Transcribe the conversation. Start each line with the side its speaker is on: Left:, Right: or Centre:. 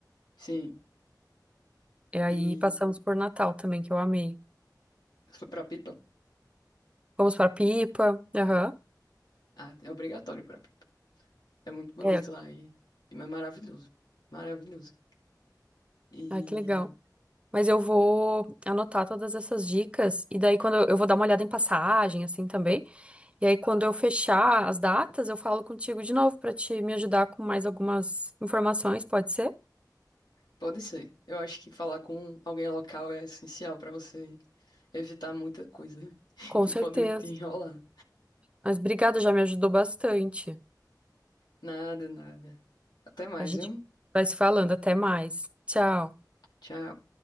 Left: Sim.
Right: E aí
Left: E
Right: passamos por Natal também, que eu amei.
Left: fui pra Pipa.
Right: Vamos pra Pipa. Aham.
Left: Ah, é obrigatório ir pra Pipa. É muito bonito
Right: É.
Left: lá e, e é maravilhoso. Maravilhoso. E
Right: Ah, que legal. Mas eu vou anotar todas essas dicas. E daí, quando eu, eu vou dar uma olhada em passagem, assim também. E aí, quando eu fechar as datas, eu falo contigo de novo para te me ajudar com mais algumas informações, pode ser?
Left: pode ser. Eu acho que falar com alguém local é essencial pra você evitar muita coisa <laughs>
Right: Com
Left: que
Right: certeza.
Left: pode te enrolar.
Right: Mas obrigada, já me ajudou bastante.
Left: Nada, nada. Até mais,
Right: A gente
Left: viu?
Right: vai se falando, até mais. Tchau.
Left: Tchau.